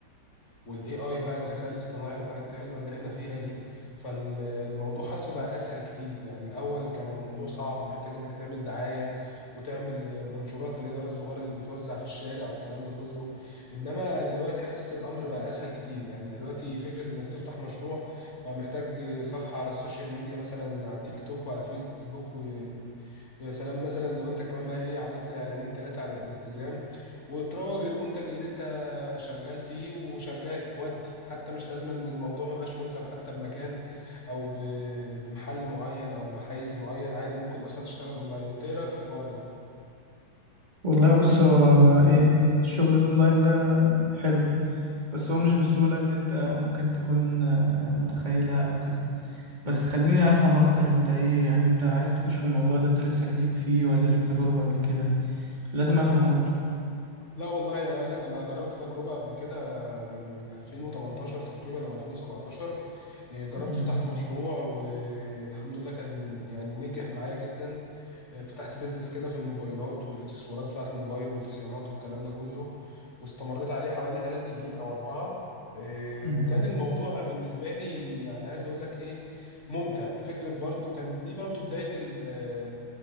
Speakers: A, on the left; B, on the right.
A: والاي اي بقى الذكاء الاصطناعي والحاجات الحلوه اللي احنا فيها دي فالموضوع حاسه بقى اسهل كتير يعني الاول كان الموضوع صعب محتاج انك تعمل دعايه وتعمل المنشورات اللي هي الورق الصغير اللي بيتوزع في الشارع والكلام ده كله انما دلوقتي حاسس الامر بقى اسهل كتير يعني دلوقتي فكره انك تفتح مشروع بقى محتاج صفحه على السوشيال ميديا مثلا على التيك توك وعلى الفيسبوك يا سلام مثلا لو انت كمان بقى ايه عملت اعلانين ثلاثة على الانستجرام وتروج للمنتج اللي انت شغال فيه وشغال ودي حتى مش لازم ان الموضوع ما بقاش ملزم حتى بمكان او ب- بمحل معين او بحيز معين عادي ممكن اصلا تشتغل اونلاين انت ايه رأيك في الحوار ده
B: والله بص هو ايه الشغل الاونلاين ده حلو بس هو مش بالسهولة اللي انت ممكن تكون آه، متخيلها او كده بس
A: مم.
B: خليني افهم اكتر انت ايه يعني انت عايز تخش في الموضوع ده انت لسه جديد فيه ولا ليك تجارب قبل كده لازم افهم برضو
A: لا والله اقول لك انا جربت تجربة قبل كده من 2018 تقريبا او 2017 إيه، جربت
B: امم
A: فتحت مشروع والحمد لله كان يعني نجح معايا جدا فتحت بيزنس كده في الموبايلات والاكسسوارات بتاعة الموبايل والصيانات والكلام ده كله واستمريت عليه حوالي ثلاث سنين او اربعة إيه،
B: امم
A: وكان الموضوع بالنسبة لي يعني عايز اقول لك ايه ممتع فكرة برضو كان دي برضو بداية ال-